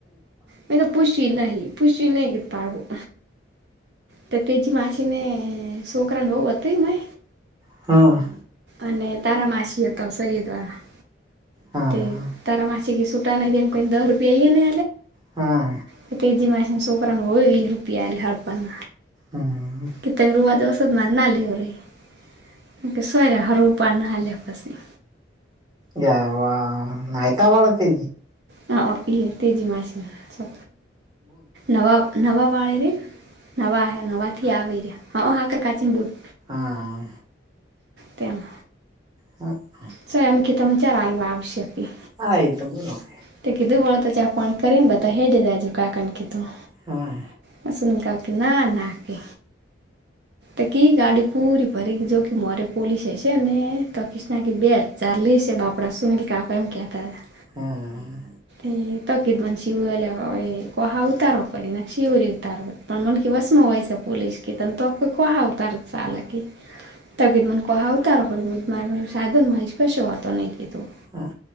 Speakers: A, on the right; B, on the right.
A: મેં તો પૂછ્યું નહી. પુષ્યુય નઈ ભાડું. તો તેજી માછ ને છોકરાને બઉુ અય મય?
B: હમ
A: અને તારામાસી હતો શરીર દ્વારા
B: હા
A: તે તારામાસી માછ સુટા ન એમ કઈ દ રૂપિયાઈ ને
B: હા
A: હ તેજી માછો ઉપરંગ હોય રૂપિયા લ હરપંગ.
B: અને
A: કે તમે રવાજ ઓસધ મા ના લેવ રહી કે સોરે હર રપા ના લ્યા પછી.
B: ગ નાઈતા ભળ તે.
A: હા ઈ તેજી માછમાં સો નવા નવા વાળે રે. નવા આવ નવા થી આવી રહ્યા હ હા કર કાચીન બુટ
B: હા
A: તેન
B: હા.
A: સ્વયં કિતા ચરાલ વા આવશે કી.
B: હા એ તો બરોબર.
A: તો કીધું વાળ તો ચા આપણ કરીને બધ હેી આજુ કાકાણ કીધું.
B: હા
A: હસન કા કે ના નાખે એકી ગાડી પૂરી ભરી જોખી મરે પોલીસ હશે ને. તો કૃષ્ણા કે બેટ ચાલલી બાાપડા સુનીલ કાકા એમ કેતા હતા.
B: હા.
A: એ તોકીદ મ શિવ કોહા ઉતારવા પડી ના શિવિવરી ઉતારવા. પણ મનકી ભસ્મ હોય છે પોલીસ કી ત તો કોહા ઉતાર ચાલા કી. તો મ કો હ આવતા પર મા સાધુન માહશ કશું વાંધો નહી કીધું.
B: હા.